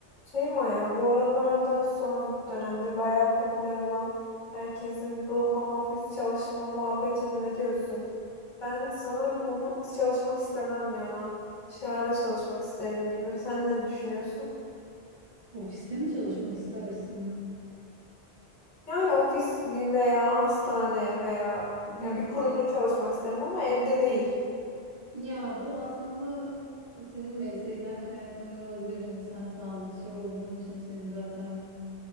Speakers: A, on the left; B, on the right.
A: Şey Maya, bu aralarda son dönemde bayağı popüler olan herkesin bu home office çalışma muhabbetine ne diyorsun? Ben sanırım home office çalışmak istemem ya. Dışarıda çalışmak isterim gibi. Sen ne düşünüyorsun?
B: Ofiste mi çalışmak istersin?
A: Yani ofis veya hastane veya
B: Hı.
A: ya bir kurumda çalışmak isterim ama evde değil.
B: Ya bu aslında senin mesleğinden kaynaklanıyor olabilir. Hani sen sağlıkçı olduğun için senin zaten